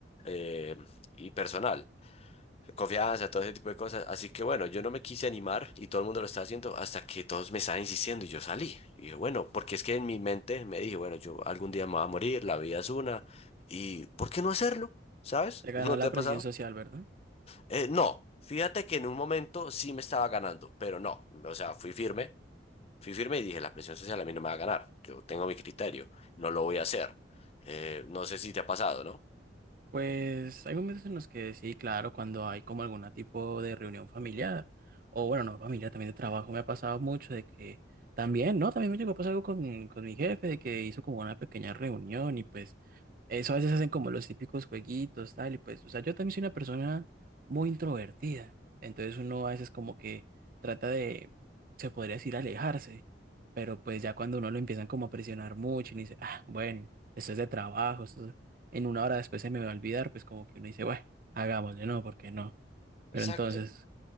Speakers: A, on the left; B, on the right.
A: eh, y personal confianza, todo ese tipo de cosas. Así que bueno, yo no me quise animar y todo el mundo lo estaba haciendo hasta que todos me estaban insistiendo y yo salí. Y dije, bueno, porque es que en mi mente me dije, bueno, yo algún día me voy a morir, la vida es una, y ¿por qué no hacerlo? ¿Sabes?
B: Te ganó
A: ¿No
B: la
A: te ha
B: presión
A: pasado?
B: social, ¿verdad?
A: Eh, no, fíjate que en un momento sí me estaba ganando, pero no, o sea, fui firme, fui firme y dije, la presión social a mí no me va a ganar, yo tengo mi criterio, no lo voy a hacer. Eh, no sé si te ha pasado, ¿no?
B: Pues hay momentos en los que sí, claro, cuando hay como algún tipo de reunión familiar, o bueno, no familiar, también de trabajo, me ha pasado mucho de que también, ¿no? También me llegó a pasar algo con, con mi jefe, de que hizo como una pequeña reunión y pues eso a veces hacen como los típicos jueguitos, tal, y pues, o sea, yo también soy una persona muy introvertida, entonces uno a veces como que trata de, se podría decir, alejarse, pero pues ya cuando uno lo empiezan como a presionar mucho y uno dice, ah, bueno, esto es de trabajo, esto es- en una hora después se me va a olvidar, pues como que uno dice, bueno, hagámosle, no, ¿por qué no? Pero
A: exacto
B: entonces,